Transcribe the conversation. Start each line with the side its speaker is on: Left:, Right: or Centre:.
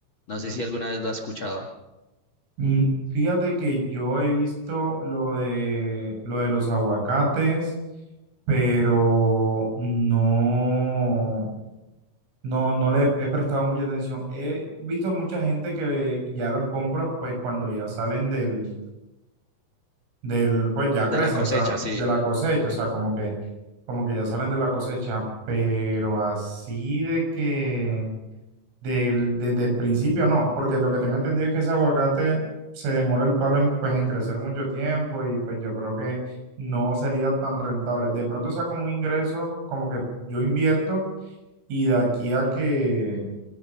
Left: No sé si alguna vez lo has escuchado.
Right: Mm, Fíjate que yo he visto lo de lo de los aguacates, pero no, no, no le he prestado mucha atención. He visto mucha gente que ya los compra pues cuando ya salen del, del, pues ya
Left: De
Right: crecen,
Left: la cosecha,
Right: o sea,
Left: sí.
Right: de la cosecha, o sea, como que, como que ya salen de la cosecha, pero así de que del, desde el principio no, porque lo que tengo entendido es que ese aguacate se demora el palo en, pues, en crecer mucho tiempo y pues yo creo que no sería tan rentable. De pronto sea como un ingreso, como que yo invierto y de aquí a que